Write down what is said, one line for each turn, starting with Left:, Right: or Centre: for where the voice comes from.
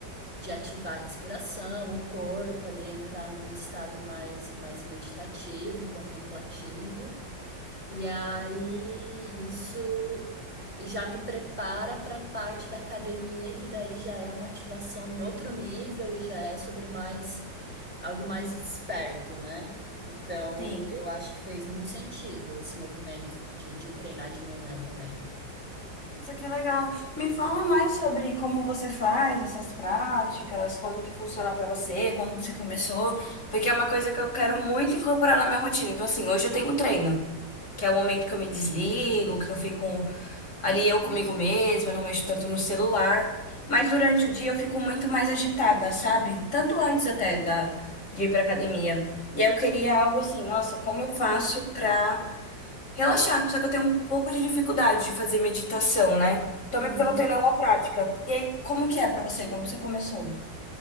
Centre: de ativar a respiração, o corpo ali, entrar num estado mais, mais meditativo, contemplativo. E aí isso já me prepara para a parte da academia, que daí já é uma ativação em outro nível e já é sobre mais algo mais desperto, né? Então,
Left: Sim.
Centre: eu acho que fez muito sentido esse movimento de, de treinar de manhã também.
Left: Nossa, que legal. Me fala mais sobre como você faz essas práticas, como que funciona pra você, quando você começou, porque é uma coisa que eu quero muito incorporar na minha rotina. Então, assim, hoje eu tenho treino. que é o momento que eu me desligo, que eu fico ali eu comigo mesma, não mexo tanto no celular. Mas durante o dia eu fico muito mais agitada, sabe? Tanto antes até da, de ir pra academia. E aí eu queria algo assim, nossa, como eu faço pra relaxar? Só que eu tenho um pouco de dificuldade de fazer meditação, né? Também
Centre: Uhum.
Left: porque eu não tenho nenhuma prática. E aí, como que é pra você? Como você começou?